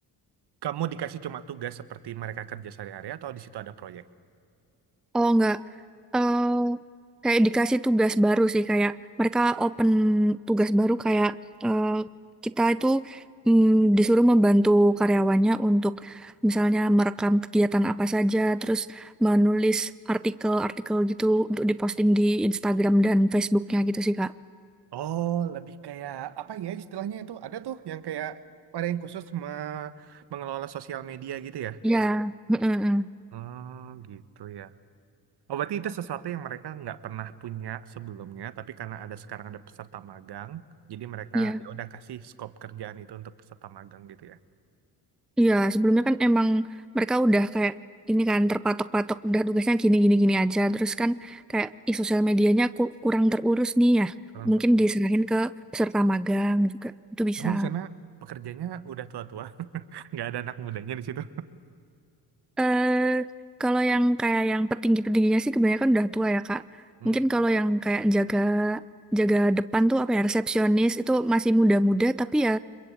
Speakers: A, on the right; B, in the centre.
A: kamu dikasih cuma tugas seperti mereka kerja sehari-hari atau di situ ada proyek?
B: Oh, nggak. eh kayak dikasih tugas baru sih kayak mereka open tugas baru kayak eh, kita itu mm, disuruh membantu karyawannya untuk misalnya merekam kegiatan apa saja terus menulis artikel-artikel gitu untuk diposting di Instagram dan Facebooknya gitu sih Kak.
A: Oh, lebih kayak apa ya istilahnya itu? Ada tuh yang kayak ada yang khusus me- mengelola sosial media gitu ya?
B: Ya, heeh, heeh.
A: Oh, gitu ya. Oh, berarti itu sesuatu yang mereka nggak pernah punya sebelumnya, tapi karena ada sekarang ada peserta magang, jadi mereka
B: Iya.
A: ya udah kasih scope kerjaan itu untuk peserta magang gitu ya.
B: Iya, sebelumnya kan emang mereka udah kayak ini kan terpatok-patok udah tugasnya gini-gini-gini aja. Terus kan kayak i- sosial medianya ku- kurang terurus nih ya.
A: Terus
B: Mungkin
A: terus.
B: diserahin ke peserta magang juga itu bisa.
A: Emang di sana pekerjanya udah tua-tua, <laughs> nggak ada anak mudanya di situ.
B: Eh, kalau yang kayak yang petinggi-petingginya sih kebanyakan udah tua ya, Kak.
A: Hmm,
B: Mungkin kalau yang kayak jaga jaga depan tuh apa ya resepsionis itu masih muda-muda tapi ya